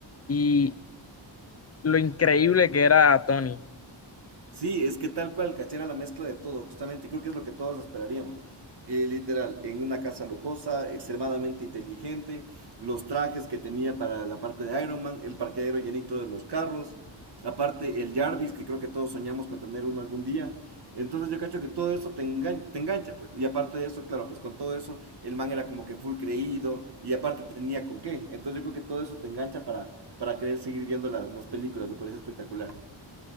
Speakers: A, on the left; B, on the right.
A: y lo increíble que era Tony.
B: Sí, es que tal cual, cachera la mezcla de todo, justamente, creo que es lo que todos esperaríamos. Eh, literal, en una casa lujosa, extremadamente inteligente, los trajes que tenía para la parte de Iron Man, el parqueadero llenito de los carros, aparte el Jarvis, que creo que todos soñamos con tener uno algún día. Entonces yo cacho que todo eso te, engan- te engancha, pues. Y aparte de eso, claro, pues con todo eso, el man era como que full creído y aparte tenía con qué. Entonces yo creo que todo eso te engancha para, para querer seguir viendo las, las películas, me parece espectacular.